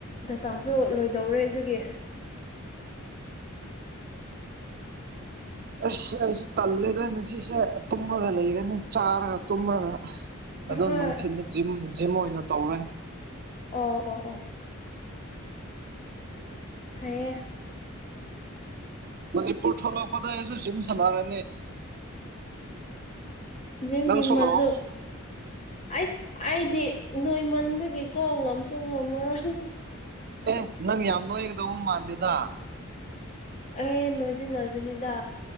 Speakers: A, on the left (about 35°); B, on the right (about 45°).
A: ꯗꯇꯥꯁꯨ ꯂꯣꯏꯗꯧꯔꯦ ꯑꯗꯨꯒꯤ
B: <inaudible> ꯑꯁ ꯑꯩꯁꯨ ꯇꯜꯂꯦꯗ ꯉꯁꯤꯁꯦ ꯇꯨꯝꯂꯒ ꯂꯩꯔꯅꯦ ꯆꯥꯔꯒ ꯇꯨꯝꯔꯒ ꯑꯗꯣ
A: ꯍꯣꯏ
B: ꯅꯨꯡꯊꯤꯜꯗ ꯖꯤꯝ ꯖꯤꯝ ꯑꯣꯏꯅ ꯇꯧꯔꯦ
A: ꯑꯣ ꯑꯣ ꯑꯣ ꯐꯌꯦ
B: ꯃꯅꯤꯄꯨꯔ ꯊꯣꯛꯂꯛꯄꯗ ꯑꯩꯁꯨ ꯖꯤꯝ ꯁꯥꯟꯅꯔꯅꯤ
A: ꯖꯤꯤꯡꯒꯤ
B: ꯅꯪꯁꯨ
A: ꯃꯁꯨꯁꯨ
B: ꯂꯥꯛꯑꯣ
A: ꯑꯩꯁ ꯑꯩꯗꯤ ꯅꯣꯏꯃꯟꯕꯒꯤꯀꯣ ꯉꯝꯁꯨ ꯉꯝꯃꯔꯣꯏ
B: ꯑꯦ ꯅꯪ ꯌꯥꯝ ꯅꯣꯏꯒꯗꯧꯕ ꯃꯥꯟꯗꯦꯗ
A: ꯑꯦ ꯅꯣꯏꯗꯤ ꯅꯣꯏꯕꯅꯤꯗ